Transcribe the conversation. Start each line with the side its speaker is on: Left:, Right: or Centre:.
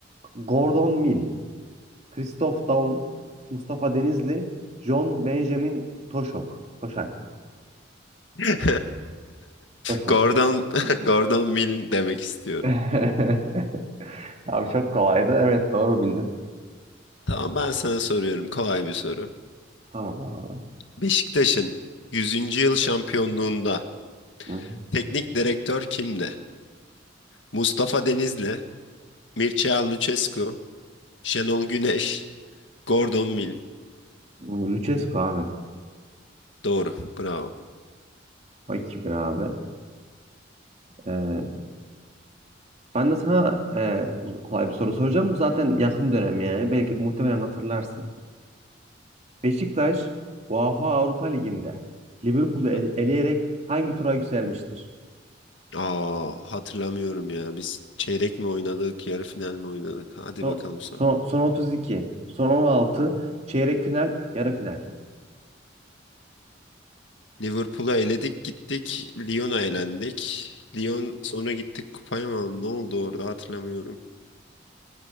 Right: Gordon Mill, Christoph Daum, Mustafa Denizli, John Benjamin Toşok. Toşak.
Left: <laughs>
Right: Toşak.
Left: Gordon <laughs> Gordon Mill demek istiyorum.
Right: <laughs> Abi çok kolaydı. Evet doğru bildin.
Left: Tamam ben sana soruyorum kolay bir soru.
Right: Tamam abi.
Left: Beşiktaş'ın yüzüncü yıl şampiyonluğunda
Right: Hı hı.
Left: teknik direktör kimdi? Mustafa Denizli, Mircea Lucescu, Şenol Güneş, Gordon Mill.
Right: Lucescu abi.
Left: Doğru. Bravo.
Right: O iki bir abi. Ee, Ben de sana e, kolay bir soru soracağım. Bu zaten yakın dönem yani. Belki muhtemelen hatırlarsın. Beşiktaş UEFA Avrupa Ligi'nde Liverpool'u ele-
Left: Hı.
Right: eleyerek hangi tura yükselmiştir?
Left: Aa, hatırlamıyorum ya. Biz çeyrek mi oynadık, yarı final mi oynadık? Hadi
Right: Son,
Left: bakalım sonra.
Right: son, son 32, son 16, çeyrek final, yarı final.
Left: Liverpool'a eledik gittik. Lyon'a elendik. Lyon sonra gittik kupayı mı aldı? Ne oldu orada hatırlamıyorum.